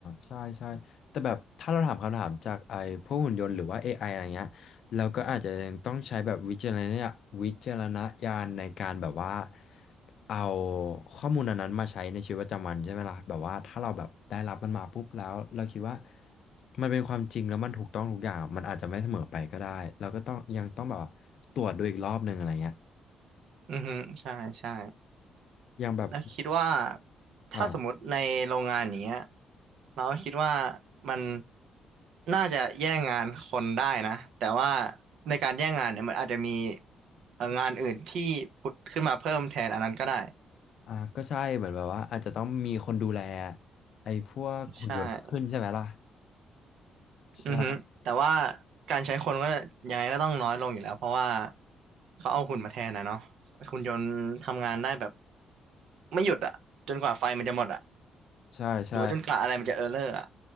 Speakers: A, on the left; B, on the right.
A: ใช่ใช่แต่แบบถ้าเราถามคำถามจากไอ้พวกหุ่นยนต์หรือว่า AI อไออะไรเงี้ยเราก็อาจจะยังต้องใช้แบบวิจารณญาวิจารณญาณในการแบบว่าเอาข้อมูลอันนั้นมาใช้ในชีวิตประจำวันใช่ไหมล่ะแบบว่าถ้าเราแบบได้รับมันมาปุ๊บแล้วเราคิดว่ามันเป็นความจริงแล้วมันถูกต้องทุกอย่างมันอาจจะไม่เสมอไปก็ได้เราก็ต้องยังต้องแบบตรวจดูอีกรอบหนึ่งอะไรเงี้ย
B: อือฮึใช่ใช่
A: ยังแบบ
B: แล้วคิดว่าถ้าสมมติในโรงงานอย่างเงี้ย
A: อ่า
B: เราก็คิดว่ามันน่าจะแย่งงานคนได้นะแต่ว่าในการแย่งงานเนี่ยมันอาจจะมีเอ่องานอื่นที่ผุดขึ้นมาเพิ่มแทนอันนั้นก็ได้
A: อ่าก็ใช่เหมือนแบบว่าอาจจะต้องมีคนดูแลไอ้พวกหุ่นยนต์ขึ้นใช่ไหมล่ะ
B: ใช่
A: ใช่
B: อือฮึแต่ว่าการใช้คนก็ยังไงก็ต้องน้อยลงอยู่แล้วเพราะว่าเขาเอาหุ่นมาแทนนะเนาะหุ่นยนต์ทำงานได้แบบไม่หยุดอะจนกว่าไฟมันจะหมดอะ
A: ใช่ใช่
B: หรือว่าจนกว่าอะไรมันจะเออร์เลอร์อะ